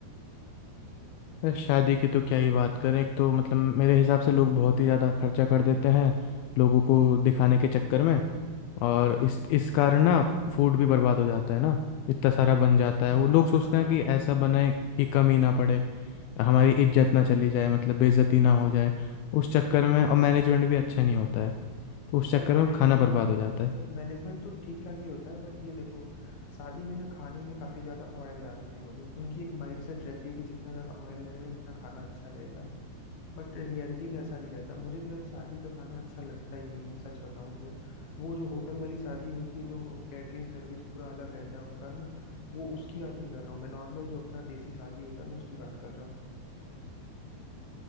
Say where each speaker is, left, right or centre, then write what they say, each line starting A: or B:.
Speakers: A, on the left; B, on the left.
A: अरे शादी की तो क्या ही बात करें एक तो मतलब मेरे हिसाब से लोग बहुत ही ज़्यादा खर्चा कर देते हैं लोगों को दिखाने के चक्कर में और इस इस कारण ना फूड भी बर्बाद हो जाता है ना इतना सारा बन जाता है
B: यार
A: वो लोग सोचते
B: हाँ
A: हैं कि ऐसा बनाए कि कमी ना पड़े हमारी इज्जत ना चली जाए मतलब बेइज्जती ना हो जाए उस चक्कर में और मैनेजमेंट भी अच्छा नहीं होता है तो उस चक्कर
B: यार मैनेजमेंट
A: में खाना बर्बाद हो जाता है
B: मैनेजमेंट तो ठीक ठाक ही होता है बट ये देखो शादी में ना खाने में काफी ज्यादा ऑयल डालते हैं वो लोग उनकी एक माइंडसेट रहती है कि जितना ज्यादा ऑयल रहेगा उतना खाना अच्छा रहेगा बट रियलिटी में ऐसा नहीं रहता मुझे तो यार शादी का खाना अच्छा लगता ही नहीं है सच बताऊं तो वो जो होटल वाली शादी होती है जो कैटरिंग सर्विस पूरा अलग रहता है उनका ना वो उसकी बात नहीं कर रहा हूँ मैं नॉर्मल जो अपना देसी शादी होता है ना उसकी बात कर रहा हूँ